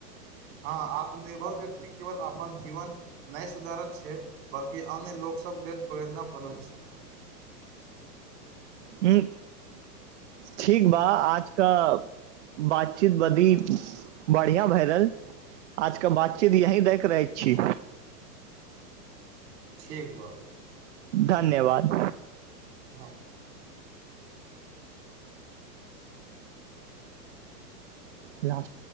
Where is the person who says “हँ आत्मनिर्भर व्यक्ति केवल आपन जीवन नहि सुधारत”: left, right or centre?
Right